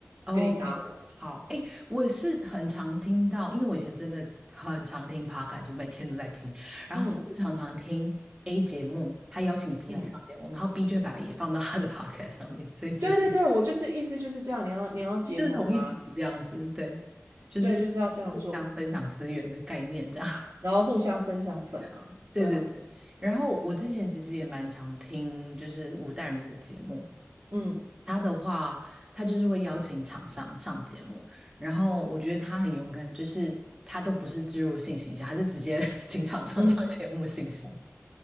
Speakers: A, on the right; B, on the right.
A: 哦，
B: 跟你搭伙。
A: 好，哎，我也是很常听到，因为我以前真的很常听 podcast，我每天都在听，然后我就常常听
B: 嗯
A: A 节目，他邀请 B
B: 嗯，
A: 来上节目，然后 B 就会把也放到他的 <laughs> podcast 上面，所以就是
B: 对对对，我就是意思就是这样，你要你要结盟啊，
A: 就是同一集这样子，对，就是互相分享资源的概念这样，
B: 对，就是要这样做，然后互相分享粉啊，
A: <laughs> 对对对。
B: 对啊，
A: 然后我之前其实也蛮常听就是吴淡如的节目，
B: 嗯
A: 他的话，他就是会邀请厂商上节目，然后我觉得他很勇敢，就是他都不是植入性形象，他是直接 <laughs> 请厂商上节目形象，
B: 嗯，